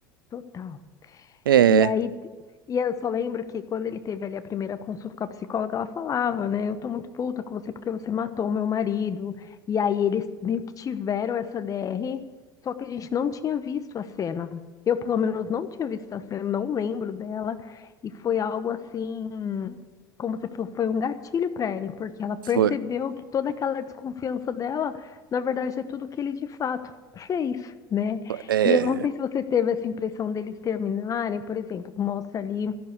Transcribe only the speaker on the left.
Total.
E aí, e eu só lembro que quando ele teve ali a primeira consulta com a psicóloga, ela falava, né? Eu tô muito puta com você porque você matou meu marido. E aí eles meio que tiveram essa DR, só que a gente não tinha visto a cena. Eu, pelo menos, não tinha visto a cena, não lembro dela. E foi algo assim, como você falou, foi um gatilho pra ela, porque ela percebeu
que toda aquela desconfiança dela, na verdade, é tudo que ele de fato fez, né?
E eu não sei se você teve essa impressão deles terminarem, por exemplo, que mostra ali